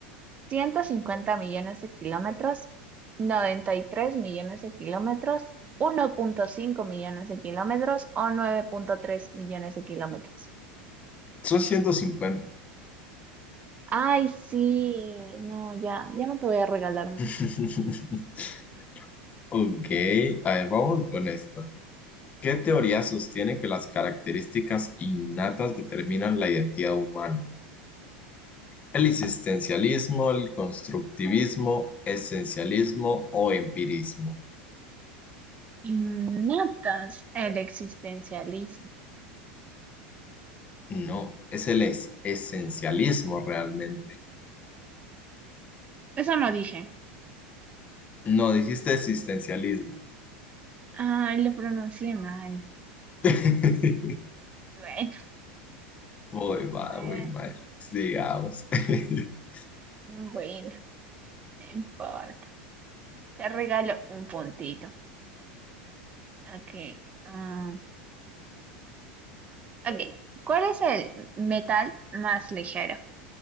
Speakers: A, on the right; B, on the left.
A: Ciento cincuenta millones de kilómetros? 93 millones de kilómetros? uno punto cinco millones de kilómetros o nueve punto tres millones de kilómetros?
B: Son 150.
A: Ay, sí, no, ya, ya no te voy a regalar más.
B: <laughs> Ok, a ver, vamos con esto. ¿Qué teoría sostiene que las características innatas determinan la identidad humana? ¿El existencialismo, el constructivismo, esencialismo o empirismo?
A: Innatas, el existencialismo.
B: No, es el es esencialismo realmente.
A: Eso no dije.
B: No, dijiste existencialismo.
A: Ay, lo pronuncié mal.
B: <laughs>
A: Bueno,
B: Voy mal,
A: bueno,
B: voy mal. Digamos. <laughs>
A: bueno, no importa. Te regalo un puntito. Okay. ah, okay. ¿Cuál es el metal más ligero?